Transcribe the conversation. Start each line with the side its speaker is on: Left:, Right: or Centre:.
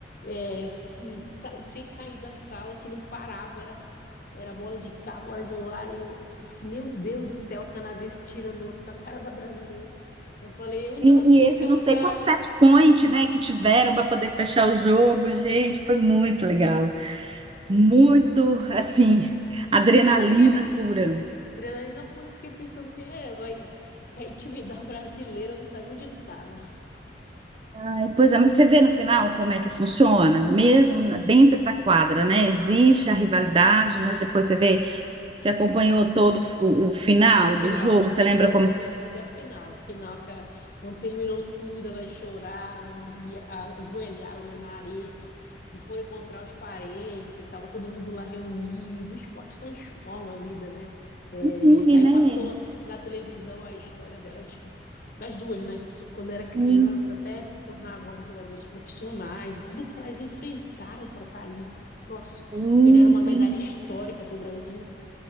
Left: é, com- sa- sem sair da sala, que não parava, era, era bola de cá, bola de lá, e eu, eu falei assim, meu Deus do céu, a canadense tirando onda com a cara da brasileira. Eu falei, onde
Right: E,
Left: ela pensa
Right: e esse
Left: que ela
Right: não sei
Left: tá?
Right: quantos set point, né, que tiveram para poder fechar o jogo, gente, foi muito legal. Muito, assim, adrenalina
Left: Cara, eu fiquei,
Right: pura.
Left: adrenalina pura, eu fiquei pensando assim, é, vai, quer intimidar a brasileira, não sabe onde tá, né?
Right: Aí, pois é, mas você vê no final como é que funciona, mesmo na- dentro da quadra, né? Existe a rivalidade, mas depois você vê, você acompanhou todo o, o final
Left: O final,
Right: do jogo,
Left: eu
Right: você
Left: fiquei
Right: lembra como
Left: atendendo
Right: que
Left: até o final, o final que a, quando terminou tudo, elas choraram, ajoelha- ajoelharam, né, na areia. e foram encontrar os parentes, e tava todo mundo lá reunido. O esporte transforma a vida, né? É,
Right: une,
Left: aí passou
Right: né?
Left: na televisão a história delas, das duas, né? Quando era
Right: Sim,
Left: criança, até se tornar agora jogadoras profissionais, tudo que elas enfrentaram para estar ali. Nossa,
Right: sim,
Left: ganharam uma
Right: sim.
Left: medalha histórica para o Brasil.